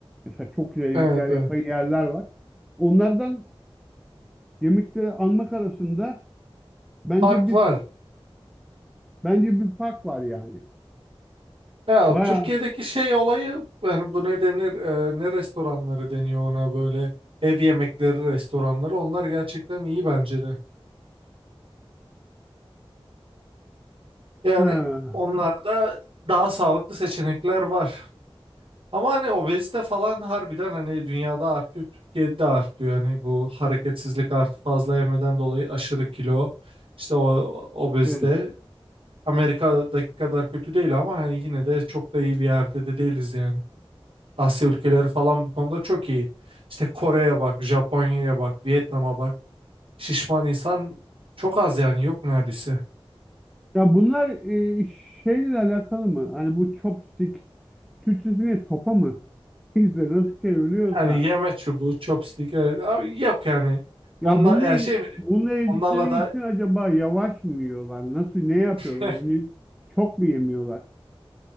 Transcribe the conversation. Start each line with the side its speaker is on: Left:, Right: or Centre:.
Centre: Mesela çok güzel yemekler
Right: evet, evet.
Centre: yapan yerler var. Onlardan yemekleri almak arasında Bence
Right: Fark
Centre: bir
Right: var.
Centre: bence bir fark var yani.
Right: Ya
Centre: Bayağı
Right: Türkiye'deki şey olayı yani bu ne denir e, ne restoranları deniyor ona böyle ev yemekleri restoranları onlar gerçekten iyi bence de. Yani
Centre: ha,
Right: onlarda daha sağlıklı seçenekler var. Ama hani obezite falan harbiden hani dünyada artıyor, Türkiye'de de artıyor. Hani bu hareketsizlik artı fazla yemeden dolayı aşırı kilo, işte o obezite
Centre: evet.
Right: Amerika'daki kadar kötü değil ama hani yine de çok da iyi bir yerde de değiliz yani. Asya ülkeleri falan bu konuda çok iyi. İşte Kore'ye bak, Japonya'ya bak, Vietnam'a bak. Şişman insan çok az yani yok neredeyse.
Centre: Ya bunlar e, şeyle alakalı mı? Hani bu chopstick Türkçesi ne? Sopa mı? <laughs> Neyse nasıl çevriliyorsa.
Right: Yani yeme çubuğu, chopstick evet. Abi yok yani.
Centre: Ya
Right: Onlar
Centre: bununla,
Right: yani şey mi diyeyim,
Centre: bununla yedikleri
Right: onlarla da
Centre: için acaba yavaş mı yiyorlar? Nasıl ne yapıyorlar?
Right: <laughs>
Centre: Onu çok mu yemiyorlar?